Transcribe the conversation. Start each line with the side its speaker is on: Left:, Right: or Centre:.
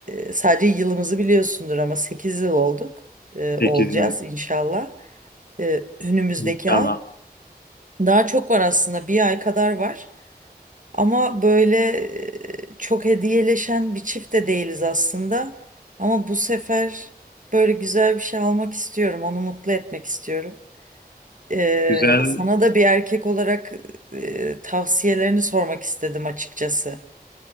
Right: e, sadece yılımızı biliyorsundur ama 8 yıl olduk. E,
Left: Sekiz
Right: olacağız
Left: yıl
Right: inşallah. E, önümüzdeki
Left: inşallah.
Right: ay. Daha çok var aslında bir ay kadar var. Ama böyle e, çok hediyeleşen bir çift de değiliz aslında. Ama bu sefer böyle güzel bir şey almak istiyorum. Onu mutlu etmek istiyorum. Ee,
Left: Güzel
Right: sana da bir erkek olarak e, tavsiyelerini sormak istedim açıkçası.